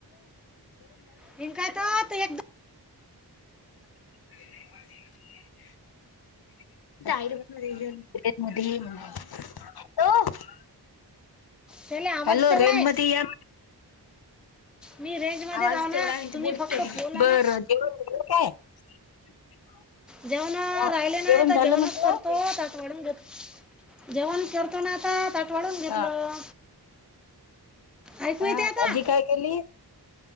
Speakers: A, in the centre; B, on the left.
A: हन कायता आता एकदाम.
B: <inaudible> हो.
A: त्याला आवाज
B: हॅलो
A: तेवढा
B: रेन
A: आहे
B: मध्ये या.
A: मी रेंज मध्ये
B: आवाज
A: जाऊ
B: तेवढा
A: ना
B: आहे
A: तुम्ही
B: ते बोलतो
A: फक्त बोला
B: बर
A: ना
B: काय. <inaudible>
A: जेवण
B: हा
A: राहिले नाता
B: जेवण झालं
A: जेवणच
B: म्हटलं
A: करतो त्या वाून घेत. जेवण कररतो ना आता त आठवडून घेतलं
B: हा
A: ऐकू
B: हा
A: येते आता
B: भाजी काय केली?